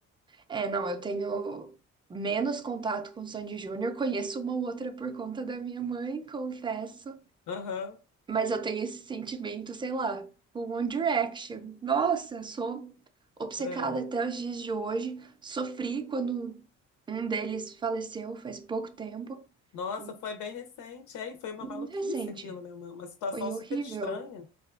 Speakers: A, on the right; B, on the left.
A: É, não, eu tenho menos contato com o Sandy Júnior, conheço uma ou outra por conta da minha mãe, <laughs> confesso.
B: Aham.
A: Mas eu tenho esse sentimento, sei lá, com One Direction. Nossa, eu sou obcecada
B: é.
A: até os dias de hoje. Sofri quando um deles faleceu faz pouco tempo.
B: Nossa,
A: E
B: foi bem recente, é, e foi uma
A: muito
B: maluquice
A: recente.
B: aquilo, né? Uma, uma situação
A: Foi horrível.
B: super estranha.